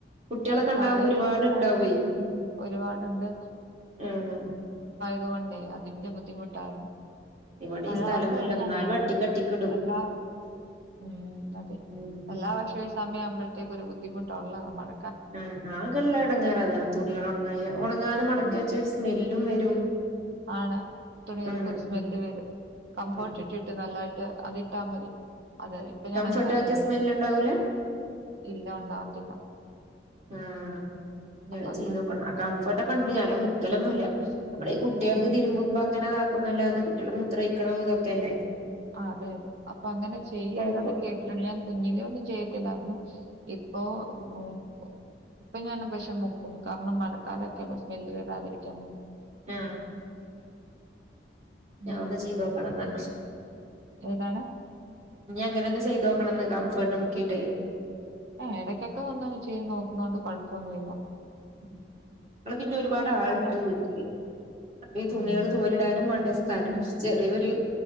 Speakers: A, on the right (about 35°); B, on the right (about 65°).
A: കുട്ടികളൊക്കെ
B: സ്ഥലവില്ല
A: ഉണ്ടാവുമ്പോ ഒരുപാട്ണ്ടാവേ
B: ഉം ഒരുപാടുണ്ട്
A: ആഹ
B: തു കൊണ്ടേ അതിന്റെ ബുദ്ധിമുട്ടായിരുന്നു
A: ഇവിടെ
B: മഴ
A: ഈ സ്ഥലൊന്നുല്ല
B: വന്ന കഴിഞ്ഞ
A: എന്നാലും
B: അങ്ങനാ
A: അട്ടിക്കട്ടിക്കിടും
B: എല്ലാ ഉ അതെ
A: ഉം
B: എല്ലാ വർഷവും സമയ ആവുമ്പോഴേത്തെക്ക് ഒരു ബുദ്ധിമുട്ടുള്ളള്ളത മഴ
A: ആ ആകെള്ള ഇടങ്ങാറ്താണ് തുണികൾ ഉണങ്ങാ ഉണങ്ങാതെ മടക്കി
B: ഉം
A: വച്ച ഒരു സ്മെല്ലും വരും
B: ആണ് തുണികൾക്കരു
A: ഉം
B: സ്മെല്ല് വരും കംഫർട്ട്
A: ഉം
B: ഇട്ടിട്ട് നല്ലട അത് ഇട്ടാ മതി അതെ ഇപ്പൊ
A: കംഫർട്ട്
B: ഞാൻ അങ്ങനാ
A: ആക്കിയ
B: ചെയ്യുന്നത്
A: സ്മെല്ല് ഉണ്ടാവൂല
B: ഇല്ല ഉണ്ടാവത്തില്ല
A: ആഹ
B: അപ്പൊ അതുകൊണ്ട്
A: ചെയ്ത് നോക്കണം ആ കംഫേർട്ട് ഇവടണ്ട് ഞാൻ മുക്കലൊന്നുല്ല നമ്മള് ഈ കുട്ടികൾത്
B: ഉം
A: തിരുമ്പുമ്പോ അങ്ങനെതാക്കുന്നു അല്ലാെ കുട്ടികൾ മൂത്രക്കണോ ഇത ക്കല്ലെ
B: അതെ അതെ അപ്പൊ അങ്ങനെ ചെയ്യരുതന്ന്
A: ആക്കും
B: കേട്ടിട്ടുണ്ട് ഞാൻ കുഞ്ഞിലേ ഒന്നും ചെയ്യത്തില്ലായിരുന്നു ഇപ്പൊ ഉം ഇപ്പൊ ഞാൻ പക്ഷെ മുക്കും കാരണം മഴക്കാലൊക്കെല്ലേ സ്മെല്ല് വരാതിരിക്കാൻ വേ
A: ആ
B: ഉം
A: ഞാൻ ഒന്ന് ചെയ്തോക്കണന്നാ
B: ഏതാണ്
A: ഇഞ്ഞ്ങ്ങനോന്ന് ചെയ്തോക്കണന്ന് കംഫേർട്ട് മുക്കിട്ടെ
B: ആ ഇടയ്ക്കൊക്കെ വന്നാ ചെയ്ത് നോക്കുന്നോണ്ട് കൊഴപ്പോന്നുല്ല
A: <unintelligible> പിന്നെ ഒര്പാട് ആള്ണ്ട്
B: അത്
A: വീട്ട്ല് അപ്പൊ ഈ തുണ്യള്
B: ഉം
A: തോരിടാനും വേണ്ടേ സ് സ്ഥലം ചെറിയൊര്